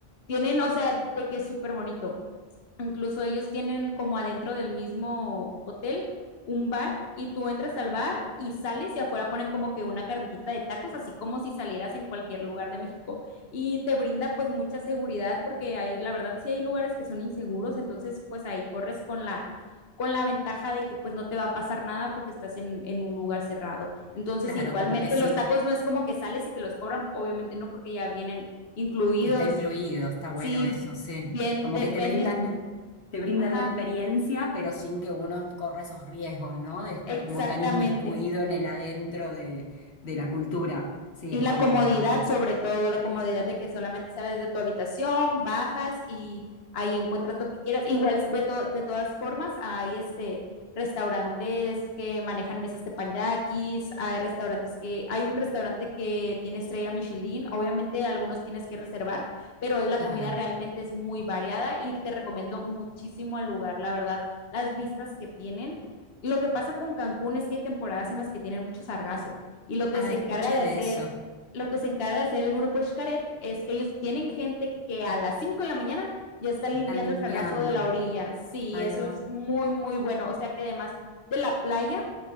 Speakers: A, on the left (about 70°); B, on the left (about 80°).
A: Tienen, o sea, de que es súper bonito. Incluso ellos tienen como adentro del mismo hotel un bar y tú entras al bar y sales y afuera ponen como que una carretita de tacos, así como si salieras en cualquier lugar de México. Y te brinda pues mucha seguridad porque hay, la verdad sí hay lugares que son inseguros, entonces pues ahí corres con la, con la ventaja de que pues no te va a pasar nada porque estás en, en un lugar cerrado. Entonces
B: Claro,
A: igualmente
B: como que sí,
A: los tacos no es como que sales y te los cobran, obviamente no porque ya vienen incluidos,
B: está incluido, está bueno
A: sí,
B: eso, sí.
A: bien
B: Como
A: de,
B: que
A: venden,
B: te brindan, te brindan
A: ajá.
B: la experiencia, pero sin que uno corra esos riesgos, ¿no? De estar
A: Exactamente.
B: como tan inmiscuido en el adentro de, de la cultura. Sí,
A: Y
B: está
A: la
B: bueno,
A: comodidad,
B: está bueno.
A: sobre todo, la comodidad de que solamente sales de tu habitación, bajas y ahí encuentras lo que quieras. Igual, de, to- de todas formas, hay este restaurantes que manejan mesas de teppanyakis, hay restaurantes que, hay un restaurante que tiene estrella Michelin, obviamente algunos tienes que reservar, pero la
B: Claro.
A: comida realmente es muy variada y te recomiendo muchísimo el lugar, la verdad, las vistas que tienen. Lo que pasa con Cancún es que hay temporadas en las que tienen mucho sargazo y lo que
B: Ah,
A: se
B: escuché
A: encarga de
B: de
A: hacer
B: eso.
A: lo que se encarga de hacer el grupo Xcaret es que ellos tienen gente que a las 5 de la mañana ya está limpiando
B: Están limpiando.
A: el sargazo de la orilla. Sí,
B: Ahí
A: eso
B: va.
A: es muy, muy bueno. O sea que además de la playa,